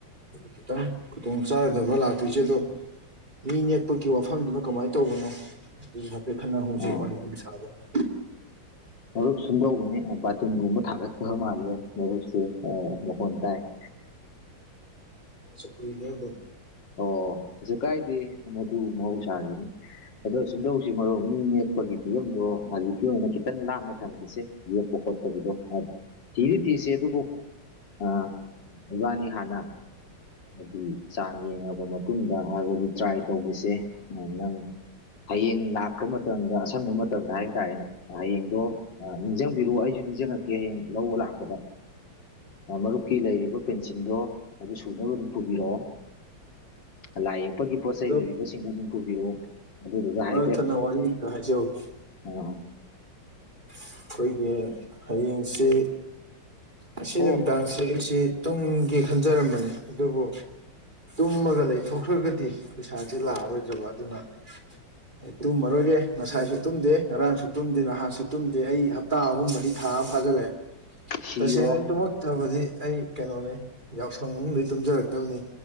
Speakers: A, on the right; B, on the left.
A: ꯈꯤꯇꯪ ꯈꯨꯗꯣꯡ ꯆꯥꯔꯗꯕ ꯂꯥꯛꯇꯣꯏꯁꯦ ꯑꯗꯣ ꯃꯤ ꯅꯦꯛꯄꯒꯤ ꯋꯥꯐꯝꯗꯨꯅ ꯀꯃꯥꯏꯅ ꯇꯧꯕꯅꯣ ꯑꯗꯨꯁꯨ ꯍꯥꯏꯐꯦꯠ ꯈꯠ ꯍꯧꯨꯖꯤ
B: ꯑꯣ
A: ꯋꯥꯔꯤꯂꯤꯗꯨ ꯁꯥꯕꯅꯤ
B: ꯃꯔꯨꯞ ꯁꯨꯝ ꯇꯧꯕꯅꯦ ꯕꯥꯇꯤꯟꯒꯨꯝꯕ ꯊꯥꯒꯠꯄꯕ ꯃꯥꯜꯂꯦ ꯃꯔꯨꯞꯁꯦ ꯃꯈꯣꯟ ꯇꯥꯏ <inaudible>
A: ꯑ ꯁꯄꯔꯤ ꯂꯩꯦ
B: ꯑꯣ ꯀꯩꯁꯨ ꯀꯥꯏꯗꯦ ꯃꯗꯨ ꯃꯍꯧꯁꯥꯒꯤꯅꯤ ꯑꯗꯣ ꯁꯨꯝꯗꯧꯁꯤꯡ ꯃꯔꯣꯛ ꯃꯤ ꯅꯦꯛꯄꯒꯤ ꯐꯤꯕꯝꯗꯣ ꯍꯧꯖꯤꯛꯀꯤ ꯑꯣꯏꯅ ꯈꯤꯇꯪ ꯂꯥꯞꯅ ꯊꯝꯈꯤꯁꯦ ꯌꯦꯛꯄ ꯈꯣꯠꯇꯕꯗꯣ ꯊꯤꯗꯤ ꯊꯤꯤꯁꯦ ꯑꯗꯨꯕꯨ ꯑꯥ ꯏꯕꯥꯅꯤ ꯍꯥꯟꯅ ꯍꯥꯏꯗꯤ ꯆ ꯌꯦꯡꯉꯕ ꯃꯇꯨꯡꯗ ꯍꯥꯏꯔꯕꯗꯤ ꯇ꯭ꯔꯥꯏ ꯇꯧꯕꯤꯁꯦ ꯅꯪ ꯍꯌꯦꯡ ꯂꯥꯛꯄ ꯃꯇꯝꯗ ꯑꯁꯪꯕ ꯃꯇꯝꯗ ꯍꯥꯏꯇꯥꯔꯦꯅꯦ ꯍꯌꯦꯡꯗꯣ ꯅꯤꯡꯁꯤꯡꯕꯤꯔꯣꯑꯣ ꯑꯩꯁꯨ ꯅꯤꯡꯖꯉꯛꯀꯦ ꯍꯌꯦꯡ ꯂꯧꯕ ꯂꯥꯛꯄꯗ ꯃꯔꯨꯞꯀꯤ ꯂꯩꯔꯤꯕ ꯄꯦꯟꯁꯤꯜꯗꯣ ꯑꯗꯨ ꯁꯨꯅꯕ ꯑꯗꯨꯝ ꯄꯨꯕꯤꯔꯛꯑꯣ ꯂꯥꯏ ꯌꯦꯛꯄꯒꯤ ꯄꯣꯠ ꯆꯩ
A: ꯑꯗꯣ
B: ꯂꯩꯕꯤꯕꯁꯤꯡꯗꯣ ꯑꯗꯨꯝ ꯄꯨꯕꯤꯔꯛꯑꯣ ꯑꯗꯨꯗꯨꯒ ꯍꯥꯏꯐꯦꯠ
A: ꯃꯔꯛ ꯊꯠꯅ ꯋꯥꯔꯤ ꯑꯃꯇ ꯍꯥꯏꯖꯍꯧꯒꯦ
B: ꯑ
A: ꯑꯩꯈꯣꯏꯒꯤ ꯍꯌꯦꯡꯁꯤ ꯑꯁꯤ
B: ꯑꯣ
A: ꯅꯨꯃꯤꯗꯥꯡꯁꯤ ꯑꯩꯁꯤ ꯇꯨꯡꯒꯤ ꯈꯟꯖꯔꯝꯕꯅꯦ ꯑꯗꯨꯕꯨ ꯇꯨꯝꯃꯒ ꯂꯩꯊꯣꯛꯈ꯭ꯔꯒꯗꯤ ꯄꯩꯁꯥꯁꯦ ꯂꯥꯛꯑꯔꯣꯏꯗ꯭ꯔꯕ ꯑꯗꯨꯅ ꯑꯩ ꯇꯨꯝꯃꯔꯣꯏꯒꯦ ꯉꯁꯥꯏꯁꯨ ꯇꯨꯝꯗꯦ ꯉꯔꯥꯡꯁꯨ ꯇꯨꯝꯗꯦ ꯅꯍꯥꯟꯁꯨ ꯇꯨꯝꯗꯦ ꯑ ꯑꯩ ꯍꯞꯇꯥ ꯑꯍꯨꯝ ꯃꯗꯤ ꯊꯥ ꯑꯃ ꯐꯥꯖꯤꯜꯂꯛꯑꯦ
B: ꯁꯤꯔꯣ
A: ꯇꯁꯦꯡꯅ ꯑꯩ ꯇꯨꯝꯃꯛꯇꯕꯗꯤ ꯑꯩ ꯀꯩꯅꯣꯅꯦ ꯌꯥꯎꯁꯪ ꯃꯅꯨꯡꯗ ꯇꯨꯝꯖꯔꯛꯇꯕꯅꯤ